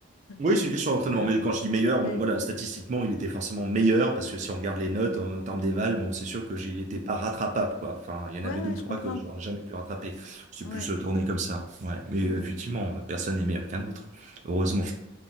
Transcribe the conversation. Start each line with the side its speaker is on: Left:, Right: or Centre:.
Right: Oui,
Left: Enfin,
Right: c'est une question d'entraînement.
Left: voilà.
Right: Mais quand je dis meilleur, bon,
Left: Ouais,
Right: voilà, statistiquement, il était forcément meilleur parce que si on regarde les notes en, en termes d'éval, bon, c'est sûr que j'ai- il n'était pas rattrapable, quoi. Enfin, il y en avait
Left: ouais, ouais,
Right: deux ou trois
Left: je comprends.
Right: que j'aurais jamais pu rattraper. C'est
Left: Ouais.
Right: plus euh, tourné comme ça. Ouais. Mais
Left: Ouais,
Right: euh,
Left: ouais.
Right: effectivement, euh, personne n'est meilleur qu'un autre. Heureusement,